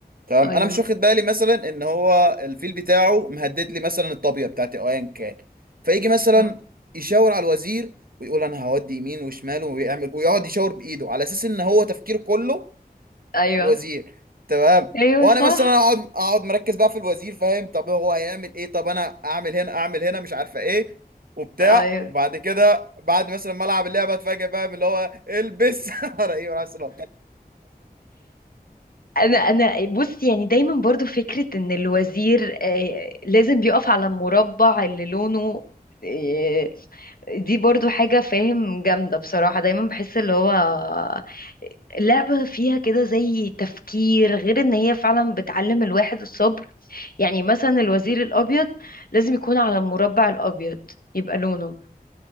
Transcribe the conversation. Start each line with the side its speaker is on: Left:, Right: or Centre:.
Right: تمام
Left: ايوه
Right: انا مش واخد بالي مثلا ان هو الفيل بتاعه مهدد لي مثلا الطابيه بتاعتي او ايا كان فيجي مثلا
Left: امم
Right: يشاور على الوزير ويقول انا هودي يمين وشمال ويعمل ويقعد يشاور بايده على اساس ان هو تفكيره كله
Left: ايوه
Right: الوزير تمام
Left: ايوه
Right: وانا
Left: صح
Right: مثلا اقعد اقعد مركز بقى في الوزير فاهم طب هو هيعمل ايه طب انا اعمل هنا اعمل هنا مش عارفه ايه وبتاع
Left: ايوه
Right: وبعد كده بعد مثلا ما العب اللعبه اتفاجئ بقى من اللي هو البس <laughs> ورا ايه ورا اصلا
Left: انا انا بص يعني دايما برضو فكرة ان الوزير آه، لازم بيقف على المربع اللي لونه آه، دي برضو حاجة فاهم جامدة بصراحة دايما بحس اللي هو آه، لعبة فيها كده زي تفكير غير ان هي فعلا بتعلم الواحد الصبر يعني مثلا الوزير الابيض لازم يكون على المربع الابيض يبقى لونه